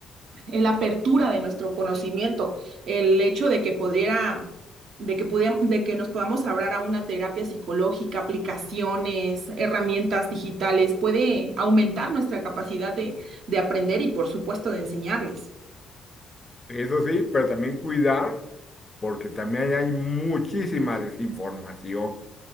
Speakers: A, on the right; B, on the left.
A: la apertura de nuestro conocimiento, el hecho de que pudiera... De que, pudiera- de que nos podamos abrir a una terapia psicológica, aplicaciones, herramientas digitales, puede aumentar nuestra capacidad de, de aprender y, por supuesto, de enseñarles.
B: eso sí, pero también cuidar, porque también ahí hay muchísima desinformación,